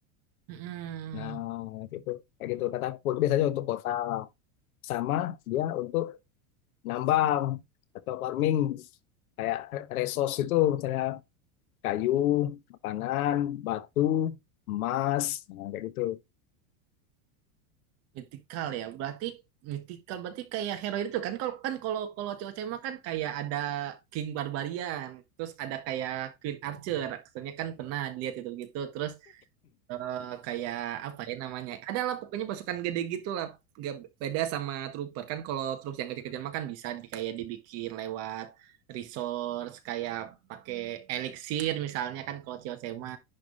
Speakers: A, on the right; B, on the left.
A: Hmm.
B: nah gitu kayak gitu katapul biasanya untuk kota sama dia untuk nambang atau farming kayak resource itu misalnya kayu makanan batu emas nah, kayak gitu
A: Mythical ya. Berarti mythical berarti kayak hero itu kan kalau kan kalau kalau COC mah kan kayak ada King Barbarian, terus ada kayak Queen Archer. Katanya kan pernah dilihat itu gitu. Terus eh, kayak apa ya namanya? Adalah pokoknya pasukan gede gitu lah. Gak beda sama trooper kan kalau troops yang kecil-kecil makan bisa di, kayak dibikin lewat resource kayak pakai elixir misalnya kan kalau Chiosema.